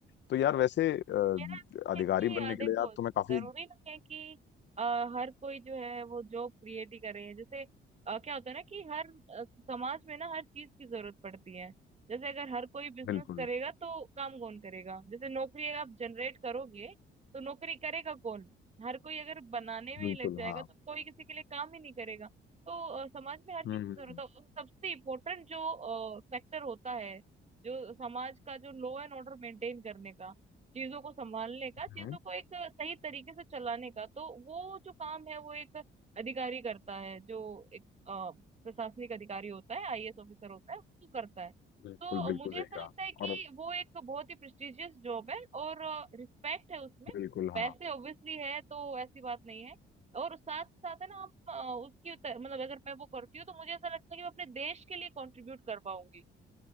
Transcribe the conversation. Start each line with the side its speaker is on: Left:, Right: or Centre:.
Left: तो यार वैसे अ,
Right: मेरा ऐसा
Left: अधिकारी
Right: है कि
Left: बनने
Right: अ,
Left: के
Right: देखो
Left: लिए यार तुम्हें काफी
Right: जरूरी नहीं है कि अ, हर कोई जो है वो जॉब क्रिएट ही करे जैसे अ, क्या होता है ना कि हर अ, समाज में ना हर चीज की जरूरत पड़ती है जैसे अगर हर कोई बिजनेस
Left: बिल्कुल
Right: करेगा तो काम कौन करेगा जैसे नौकरी अगर आप जनरेट करोगे तो नौकरी करेगा कौन हर कोई अगर बनाने में
Left: बिल्कुल
Right: ही लग जाएगा
Left: हाँ
Right: तो कोई किसी के लिए काम ही नहीं करेगा तो अ, समाज में हर चीज
Left: हम्म हम्म,
Right: की जरूरत है और सबसे इम्पोर्टेंट जो सेक्टर होता है जो समाज का जो लॉ एंड ऑर्डर मेंटेन करने का चीजों को संभालने का
Left: हम्म,
Right: चीजों को एक सही तरीके से चलाने का तो वो जो काम है वो एक अधिकारी करता है जो एक अ, प्रशासनिक अधिकारी होता है आईएएस ऑफिसर होता है वो करता है
Left: बिल्कुल
Right: तो
Left: बिल्कुल
Right: मुझे
Left: सही
Right: ऐसा
Left: कहा
Right: लगता है कि
Left: और
Right: वो एक बहुत ही प्रेस्टिजियस जॉब है और रिस्पेक्ट है उसमें
Left: बिल्कुल
Right: पैसे
Left: हाँ
Right: ऑब्वियसली है तो ऐसी बात नहीं है और साथ साथ है ना आप अ, उसकी उत- मतलब अगर मैं वो करती हूँ तो मुझे ऐसा लगता है कि मैं अपने देश के लिए कंट्रीब्यूट कर पाऊंगी